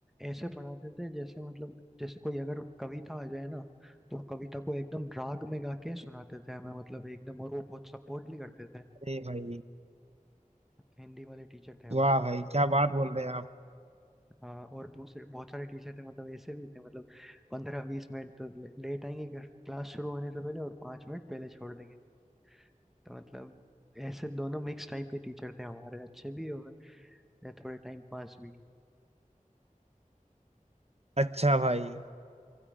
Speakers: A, in the centre; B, on the right.
A: ऐसे पढ़ाते थे जैसे मतलब जैसे कोई अगर कविता आ जाए ना तो कविता को एकदम राग में गा के सुनाते थे हमें मतलब एकदम और वो बहुत सपोर्ट भी करते थे
B: अरे भाई
A: हिंदी वाले टीचर थे हमारे
B: वाह भाई क्या बात बोल रहे हैं आप
A: हाँ और दूसरे बहुत सारे टीचर थे मतलब ऐसे भी थे मतलब पंद्रह बीस मिनट तो ले, लेट आएंगे क्लास शुरू होने से पहले और पाँच मिनट पहले छोड़ देंगे तो मतलब ऐसे दोनों मिक्स टाइप के टीचर थे हमारे अच्छे भी और थोड़े टाइम पास भी
B: अच्छा भाई